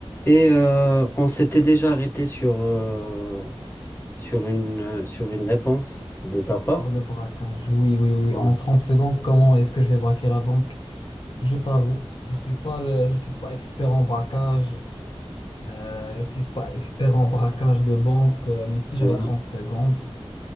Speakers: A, on the left; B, on the left.
A: Et euh, on s'était déjà arrêté sur, euh, sur une, euh, sur une réponse de ta part.
B: Pour le braquage, oui, oui, oui.
A: Ouais.
B: En 30 secondes, comment est-ce que je vais braquer la banque? Je t'avoue, je suis pas le- je suis pas expert en braquage. Euh, je suis pas expert en braquage de banque, euh, mais si j'avais
A: Ouais.
B: 30 secondes.